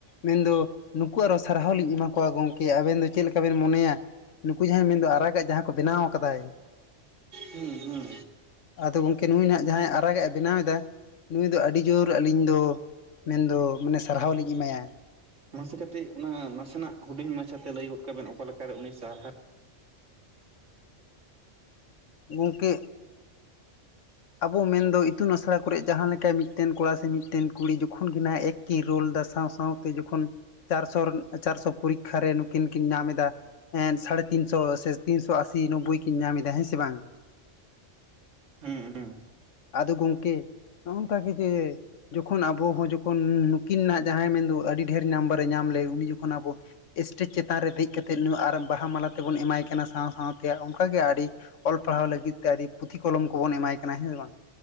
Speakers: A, on the left (about 80°); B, on the right (about 75°).
A: ᱢᱮᱱᱫᱚ ᱱᱩᱠᱩ ᱟᱨᱚ ᱥᱟᱨᱦᱟᱣ ᱞᱤᱧ ᱮᱢᱟ ᱠᱚᱣᱟ ᱜᱚᱢᱠᱮ ᱟᱵᱮᱱ ᱫᱚ ᱪᱮᱫ ᱞᱮᱠᱟ ᱵᱮᱱ ᱢᱚᱱᱮᱭᱟ᱾ ᱱᱩᱠᱩ ᱡᱟᱦᱟᱸᱭ ᱢᱮᱱᱫᱚ ᱟᱨᱟᱜᱟᱜ ᱡᱟᱦᱟᱸ ᱠᱚ ᱵᱮᱱᱟᱣ ᱠᱟᱫᱟᱭ᱾
B: ᱦᱩᱸ ᱦᱩᱸ
A: ᱟᱫᱚ ᱜᱚᱢᱠᱮ ᱱᱩᱭ ᱱᱟᱦᱟᱜ ᱡᱟᱦᱟᱸᱭ ᱟᱨᱟᱜᱼᱮ ᱵᱮᱱᱟᱣ ᱮᱫᱟ᱾ ᱱᱩᱭ ᱫᱚ ᱟᱹᱰᱤ ᱡᱳᱨ ᱟᱹᱞᱤᱧ ᱫᱚ ᱢᱮᱱ ᱫᱚ ᱢᱟᱱᱮ ᱥᱟᱨᱦᱟᱣ ᱞᱤᱧ ᱮᱢᱟᱭᱟ᱾
B: ᱢᱟᱥᱮ ᱠᱟᱴᱤᱡ ᱚᱱᱟ ᱱᱟᱥᱮᱱᱟᱜ ᱦᱩᱰᱤᱧ ᱢᱟᱪᱷᱟ ᱛᱮ ᱞᱟᱹᱭ ᱜᱚᱫ ᱠᱟᱜ ᱵᱮᱱ ᱚᱠᱟ ᱞᱮᱠᱟᱨᱮ ᱩᱱᱤ ᱥᱟᱨᱦᱟᱣ
A: ᱜᱚᱢᱠᱮ ᱟᱵᱚ ᱢᱮᱱᱫᱚ ᱤᱛᱩᱱ ᱟᱥᱲᱟ ᱠᱚᱨᱮᱜ ᱡᱟᱦᱟᱸ ᱞᱮᱠᱟ ᱢᱤᱫᱴᱮᱱ ᱠᱚᱲᱟ ᱥᱮ ᱢᱤᱫᱴᱮᱱ ᱠᱩᱲᱤ ᱡᱚᱠᱷᱚᱱ ᱜᱮ ᱱᱟᱦᱟᱜ ᱮᱠ ᱠᱤᱱ ᱨᱳᱞ ᱮᱫᱟ ᱥᱟᱶ ᱥᱟᱶ ᱛᱮ ᱡᱚᱠᱷᱚᱱ ᱪᱟᱨᱥᱚᱨᱱ ᱪᱟᱨᱥᱚ ᱯᱚᱨᱤᱠᱠᱷᱟ ᱨᱮ ᱱᱩᱠᱤᱱ ᱠᱤᱱ ᱧᱟᱢ ᱮᱫᱟ ᱮᱸᱫ ᱥᱟᱲᱮ ᱛᱤᱱᱥᱚ ᱥᱮ ᱛᱤᱱᱥᱚ ᱟᱥᱤ ᱱᱚᱵᱵᱳᱭ ᱠᱤᱱ ᱧᱟᱢ ᱮᱫᱟ ᱦᱮᱸ ᱥᱮ ᱵᱟᱝ᱾
B: ᱦᱮᱸ ᱦᱮᱸ᱾
A: ᱟᱫᱚ ᱜᱚᱝᱠᱮ ᱱᱚᱜ-ᱚᱱᱠᱟᱠᱟ ᱜᱮ ᱡᱮ ᱡᱚᱠᱷᱚᱱ ᱟᱵᱚ ᱦᱚᱸ ᱡᱚᱠᱷᱚᱱ ᱱᱩᱠᱤᱱ ᱱᱟᱦᱜ ᱡᱟᱦᱟᱸᱭ ᱢᱮᱱᱫᱚ ᱟᱹᱰᱤ ᱰᱷᱮᱨ ᱱᱟᱢᱵᱟᱨᱮ ᱧᱟᱢ ᱞᱮᱫ ᱩᱱᱤ ᱡᱚᱠᱷᱚᱱ ᱟᱵᱚ ᱥᱴᱮᱡᱽ ᱪᱮᱛᱟᱱ ᱨᱮ ᱫᱮᱡ ᱠᱟᱛᱮᱫ ᱱᱩᱭ ᱟᱨ ᱵᱟᱦᱟ ᱢᱟᱞᱟ ᱛᱮᱵᱚᱱ ᱮᱢᱟᱭ ᱠᱟᱱᱟ ᱥᱟᱶ ᱥᱟᱶᱛᱮ ᱚᱱᱠᱟ ᱜᱮ ᱟᱹᱰᱤ ᱚᱞ ᱯᱟᱲᱦᱟᱣ ᱞᱟᱹᱜᱤᱫ ᱛᱮ ᱟᱹᱰᱤ ᱯᱩᱛᱷᱤ ᱠᱚᱞᱚᱢ ᱠᱚᱵᱚᱱ ᱮᱢᱟᱭ ᱠᱟᱱᱟ ᱦᱮᱸ ᱥᱮ ᱵᱟᱝ᱾